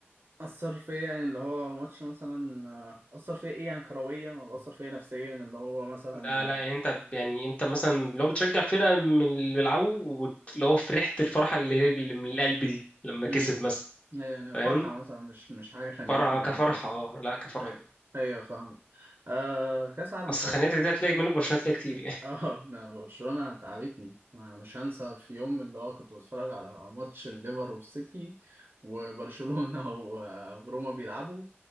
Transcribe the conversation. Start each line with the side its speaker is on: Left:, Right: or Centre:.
Right: أثر فيا يعني اللي هو ماتش مثلا آه، أثر فيا إيه يعني كرويا ولا أثر فيا نفسيا اللي هو مثلا
Left: لا لا يعني انت يعني انت مثلا لو بتشجع فرقه من اللي بيلعبوا وت- اللي هو فرحت الفرحه اللي اللي من القلب دي لما
Right: مم.
Left: كسب مثلا
Right: يعني
Left: فاهم
Right: فرحة مثلا مش مش حاجة خنقتني
Left: فرحه كفرحه
Right: أو كده
Left: اه لا كفرحه
Right: أيوة أيوة فاهمة آه كأس عالم
Left: اصل
Right: طبعا
Left: خاناتك دي هتلاقي منك برشلونه هتلاقي كتير
Right: <laughs>
Left: يعني
Right: اه لا، برشلونة تعبتني أنا مش هنسى في يوم اللي هو كنت بتفرج على ماتش الليفر والسيتي وبرشلونة <laughs> و- آه، وروما بيلعبوا